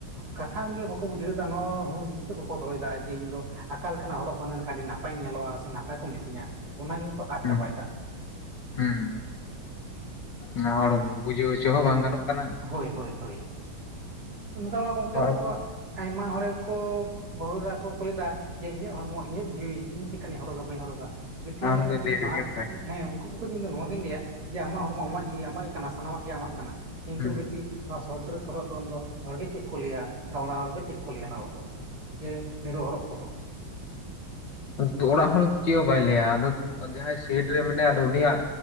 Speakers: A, on the right; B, on the left.
A: ᱠᱟᱛᱷᱟ ᱜᱮ ᱵᱟᱠᱚ ᱵᱩᱡᱷᱟᱹᱣ ᱫᱟ ᱱᱚᱣᱟ ᱦᱩ‍ᱸᱥ ᱫᱤᱥᱟᱹ ᱵᱟᱠᱚ ᱫᱚᱦᱚᱭ ᱮᱫᱟ ᱡᱮ ᱤᱧ ᱫᱚ ᱟᱠᱟ ᱞᱮᱠᱟᱱᱟᱜ ᱦᱚᱨᱚᱜ ᱵᱟᱸᱫᱮ ᱞᱮᱠᱷᱟᱱ ᱟᱹᱰᱤ ᱱᱟᱯᱟᱭᱤᱧ ᱧᱮᱞᱚᱜᱼᱟ ᱥᱮ ᱱᱟᱯᱟᱭ ᱠᱚ ᱢᱤᱛᱟᱹᱧᱟ᱾ ᱚᱱᱟ ᱜᱮ ᱠᱚ ᱟᱫ
B: ᱦᱩᱸ
A: ᱪᱟᱵᱟᱭᱮᱫᱟ᱾
B: ᱦᱩᱸ ᱱᱚᱣᱟ ᱦᱚᱲ ᱵᱩᱡᱷᱟᱹᱣ ᱦᱚᱪᱚ ᱦᱚᱸ ᱵᱟᱝ ᱜᱟᱱᱚᱜ ᱠᱟᱱᱟ
A: ᱦᱳᱭ ᱦᱳᱭ ᱦᱳᱭ ᱱᱮᱛᱟᱨ ᱢᱟ ᱜᱚᱝᱠᱮ
B: ᱟᱨ
A: ᱛᱟᱠᱚᱣᱟ ᱟᱭᱢᱟ ᱦᱚᱲ ᱜᱮ ᱠᱚ ᱵᱟᱹᱦᱩ ᱮᱨᱟ ᱠᱚ ᱠᱚ ᱞᱮᱫᱟ ᱡᱮ ᱤᱧᱟᱹᱜ ᱦᱚᱲᱢᱚ ᱤᱧᱟᱹᱜ ᱡᱤᱣᱤ ᱤᱧ ᱛᱟᱦᱞᱮᱧ ᱦᱚᱨᱚᱜᱟ ᱵᱟᱹᱧ ᱦᱚᱨᱚᱜᱟ ᱵᱤᱛᱤᱭ
B: ᱟᱢ
A: ᱢᱟ
B: ᱫᱚ ᱞᱟᱹᱭ ᱨᱮᱜᱮ
A: ᱢᱟᱲ
B: ᱵᱷᱟᱭ
A: <inaudible> ᱦᱮᱸ ᱩᱱᱠᱩ ᱯᱚᱠᱠᱷᱮ ᱫᱚ ᱤᱧ ᱫᱚ ᱱᱚᱣᱟ ᱜᱤᱧ ᱞᱟᱹᱭᱟ ᱡᱮ ᱟᱢᱟᱜ ᱦᱚᱲᱢᱚ ᱟᱢᱟᱜ ᱡᱤᱣᱤ ᱟᱢᱟᱜ ᱜᱮ ᱠᱟᱱᱟ ᱥᱟᱱᱟᱢᱟᱜ ᱜᱮ ᱟᱢᱟᱜ ᱠᱟᱱᱟ᱾ ᱠᱤᱱᱛᱩ
B: ᱦᱩᱸ
A: ᱵᱤᱴᱤ ᱱᱚᱣᱟ ᱥᱚᱴ ᱰᱮᱨᱮᱥ ᱦᱚᱨᱚᱜ ᱫᱚᱱ ᱫᱚ ᱦᱚᱲ ᱜᱮ ᱪᱮᱫ ᱠᱚ ᱞᱟᱹᱭᱟ ᱟᱨ ᱚᱲᱟᱜ ᱦᱚᱲ ᱜᱮ ᱪᱮᱫ ᱠᱚ ᱞᱟᱹᱭᱟ ᱱᱚᱣᱟ ᱠᱚᱫᱚ ᱡᱮ ᱱᱮᱨᱳ ᱦᱚᱨᱚᱜ ᱠᱚ ᱫᱚ
B: ᱛᱚ ᱚᱲᱟᱜ ᱦᱚᱲ ᱪᱤᱜ ᱦᱚᱸ ᱵᱟᱭ ᱞᱟᱹᱭᱟ ᱟᱫᱚ ᱡᱟᱦᱟᱸᱭ ᱥᱟᱹᱭᱤᱴ ᱨᱮ ᱢᱮᱱᱟᱭᱟ ᱟᱫᱚ ᱩᱱᱤᱭᱟᱜ